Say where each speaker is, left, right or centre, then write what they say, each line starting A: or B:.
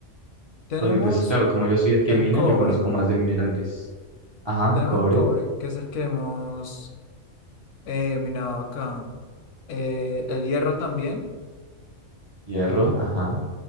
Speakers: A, on the left (about 75°); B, on the right (about 35°).
A: Tenemos
B: Porque pues claro, como yo soy el que
A: el
B: mina,
A: cobre,
B: yo conozco más de minerales. Ajá,
A: tenemos
B: cobre,
A: el cobre, que es el que hemos eh, minado acá. Eh, el hierro también,
B: hierro, ajá.